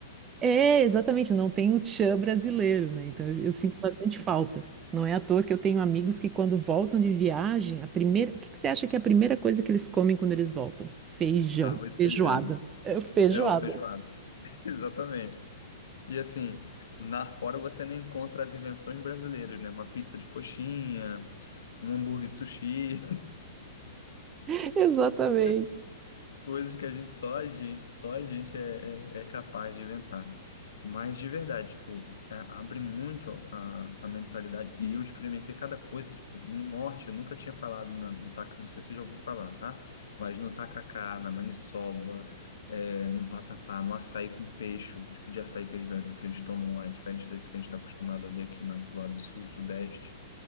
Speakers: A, on the right; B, on the left.
A: É, exatamente, não tem o tchan brasileiro, né? Então, eu, eu sinto bastante falta. Não é à toa que eu tenho amigos que, quando voltam de viagem, a primeira... O que que você acha que é a primeira coisa que eles comem quando eles voltam? Feijão,
B: Arroz
A: feijoada.
B: e feijão.
A: É, feijoada.
B: É o feijoado. <laughs> Exatamente. E assim, na fora você nem encontra as invenções brasileiras, né? Uma pizza de coxinha, um hambúrguer de sushi.
A: <laughs> Exatamente.
B: <laughs> coisas que a gente só a gente, só a gente é, é, é capaz de inventar. Mas de verdade, tipo, é, abre muito a, a mentalidade. E eu experimentei cada coisa, tipo, no norte eu nunca tinha falado, na, no taca- não sei se você já ouviu falar, tá? Mas no tacacá, na maniçoba, é, no vatapá, no açaí com peixe, o tipo de açaí que eles, bebem- que eles tomam lá, é diferente desse que a gente está acostumado a ver aqui mais do lado do sul, sudeste.